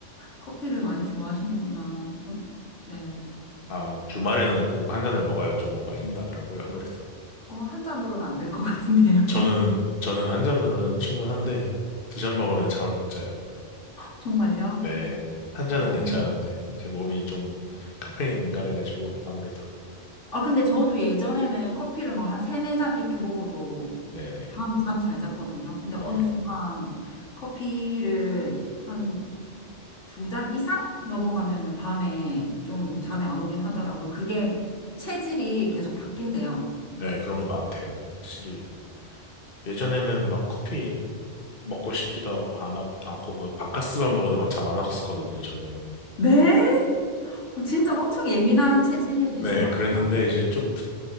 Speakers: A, on the left; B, on the left.
A: 커피를 많이 좋아하시는구나. 전, 네.
B: 아 주말에는 꼭 한 잔을 먹어야 좀 뭔가 힘이 나더라고요. 아무래도
A: 어, 한 잔으로는 안 될 것 같은데요.
B: 저는 저는 한 잔으로는 충분한데 두 잔 먹으면
A: <laughs> 네.
B: 잠을 못 자요.
A: 정말요?
B: 네. 한 잔은
A: 어.
B: 괜찮은데 제 몸이 좀 카페인에 민감해가지고 아무래도
A: 아, 근데 저도 예전에는 커피를 뭐 한 세네 잔 이렇게 먹어도
B: 네네
A: 밤에 잠 잘 잤거든요. 근데
B: 네.
A: 어느 순간 커피를 한 두 잔 이상 넘어가면은 밤에 좀 잠이 안 오긴 하더라고요. 그게 체질이 계속 바뀐대요.
B: 네, 그런 것 같아요. 확실히 예전에는 막 커피 먹고 싶지도 않- 않고 뭐 바카스만 먹어도 막 잠 안 왔었거든요, 저는.
A: 네? 어, 진짜 엄청 예민한 체질이신가
B: 네, 그랬는데
A: 보다.
B: 이제 좀